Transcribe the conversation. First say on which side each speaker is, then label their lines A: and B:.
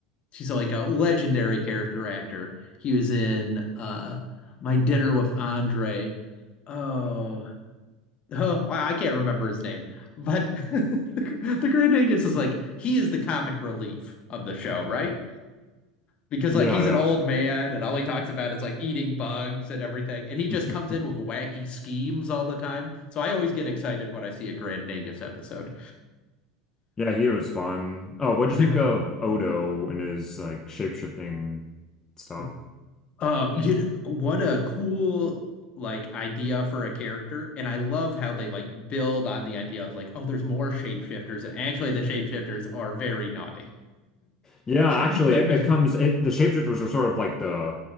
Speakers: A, on the left; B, on the left.
A: she's like a legendary character actor. He was in uh My Dinner with Andre. Oh, oh, wow, I can't remember his name. But <laughs> the, the Grand Angus is like he is the comic relief of the show, right? Because
B: Yeah,
A: like he's an old man and all he talks about is like eating bugs and everything, and he just
B: yeah.
A: comes
B: <laughs>
A: in with wacky schemes all the time. So I always get excited when I see a Grand Nagus episode.
B: Yeah, he was fun. Oh, what'd
A: <laughs>
B: you think of Odo and his like shape-shifting stuff?
A: Yeah. Oh, you know, what a cool like idea for a character. And I love how they like build on the idea of like, oh, there's more shapeshifters. And actually the shapeshifters are very naughty.
B: Yeah,
A: <laughs>
B: actually,
A: They're
B: it, it comes it, the shapeshifters are sort of like the